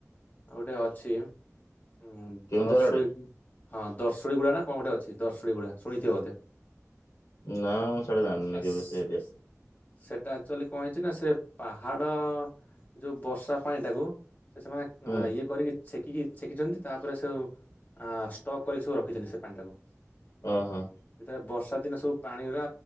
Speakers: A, on the left (about 30°); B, on the left (about 75°).
A: ଗୋଟେ ଅଛି। ହୁଁ,
B: କେଉଁଝର
A: ଦର୍ଶଉନ୍।
B: ଆଡେ?
A: ହଁ ଦର୍ଶଇ ଗୁଡା ନା କଣ ଗୋଟେ ଅଛି ଦର୍ଶୀ ଗୁଡା ଶୁଣିଥିବେ ବୋଧେ।
B: ନାଁ ମୁଁ ସିଆଡେ ଜାନିନି
A: ଆସ୍
B: କେବେ ସେ ଏରିିଆ।
A: ସେଟା ଆଚୁଆଲି କଣ ହେଇଚି ନା ସେ ପାହାଡ ଯୋଉ ବର୍ଷା ପାଣି ଟାକୁ ସେ ସେମାନେ
B: ହୁଁ
A: ଇଏ କରିକି‌ ଛେକିକି ଛେକିଚନ୍ତି ତାପରେ ସେଉ ଅ ଷ୍ଟ୍ରକ୍ କରିକି ସବୁ ରଖିଚନ୍ତି ସେ ପାଣି ଟାକୁ।
B: ହଁ ହଁ।
A: ଯେତେବେଳେ ବର୍ଷା ଦିନେ ସବୁ ପାଣି ଗୁଡା